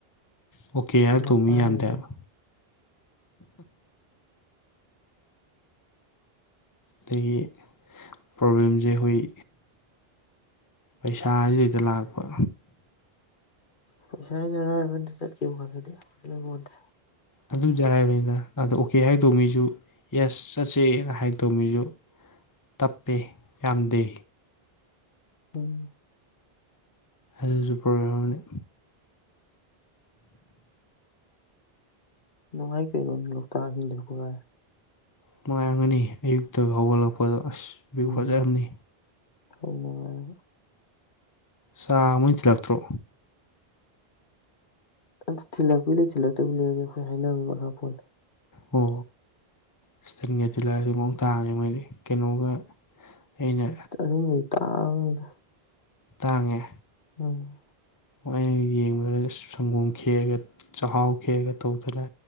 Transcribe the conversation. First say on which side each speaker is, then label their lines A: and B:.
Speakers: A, on the left; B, on the left.
A: ꯑꯣꯀꯦ ꯌꯥꯔ
B: ꯅꯄꯥꯏꯅ
A: ꯇꯣꯡꯃꯤ ꯌꯥꯟꯗꯦꯕ ꯑꯗꯒꯤ ꯄ꯭ꯔꯣꯕ꯭ꯂꯦꯝꯁꯦ ꯑꯩꯈꯣꯏ ꯄꯩꯁꯥꯁꯤꯗꯩꯗ ꯂꯥꯛꯄ
B: ꯄꯩꯁꯥ ꯑꯩꯅꯔꯔꯕꯅꯤꯗ ꯆꯠꯀꯈꯤꯕ ꯐꯥꯟꯂꯗꯤꯣꯟꯗꯦ
A: ꯑꯗꯨꯖꯔꯕꯅꯤꯅ ꯑꯗ ꯑꯣꯀꯦ ꯍꯥꯏꯗꯧ ꯃꯤꯁꯨ ꯌꯦꯁ ꯆꯠꯁꯦꯅ ꯍꯥꯏꯗꯧꯃꯤꯁꯨ ꯇꯞꯄꯦ ꯌꯥꯝꯗꯦ
B: ꯎꯝ
A: ꯑꯂꯁꯨ ꯄ꯭ꯔꯣꯒ꯭ꯔꯝꯅꯤ
B: ꯅꯨꯡꯉꯥꯏ ꯀꯩꯅꯣ ꯂꯣꯛꯇꯥꯛꯁꯤꯡꯤꯡꯗꯒꯥꯏꯦ
A: ꯅꯨꯡꯉꯥꯏꯔꯝꯒꯅꯤ ꯑꯌꯨꯛꯇ ꯍꯧꯒꯠꯂꯛꯄꯗꯣ ꯑꯁ ꯑꯗꯨꯛ
B: ꯎꯝ
A: ꯐꯖꯔꯝꯅꯤ
B: ꯍꯣꯏ ꯅꯨꯡꯉꯥꯏ
A: ꯁꯥ ꯃꯣꯏ ꯊꯤꯜꯂꯛꯇ꯭ꯔꯣ
B: ꯑꯗꯨ ꯊꯤꯜꯂꯛꯄꯤ ꯂꯩ ꯊꯤꯜꯂꯛꯇꯕꯤ ꯂꯩꯔꯒ ꯑꯩꯈꯣꯏ ꯍꯥꯏꯅꯕ ꯃꯈꯥ ꯐꯣꯣꯟ
A: ꯑꯣ ꯏꯁꯇꯜꯒ ꯇꯤꯜꯂꯥꯏꯁꯤ ꯑꯃꯨꯛ ꯇꯥꯡꯉꯅꯤꯦ ꯃꯣꯏꯗꯤ ꯀꯩꯅꯣꯒ ꯑꯩꯅ
B: ꯑꯗꯨꯨꯝꯝꯕꯒꯤ ꯇꯥꯡꯗ
A: ꯇꯥꯡꯉꯦ
B: ꯎꯝ
A: ꯍꯣꯏꯩꯅ ꯌꯦꯡꯕꯗ ꯁꯪꯒꯣꯝ ꯈꯦꯦꯛꯑꯒ ꯆꯥꯛꯍꯥꯎ ꯈꯦꯦꯛꯑꯒ ꯇꯧꯗꯅ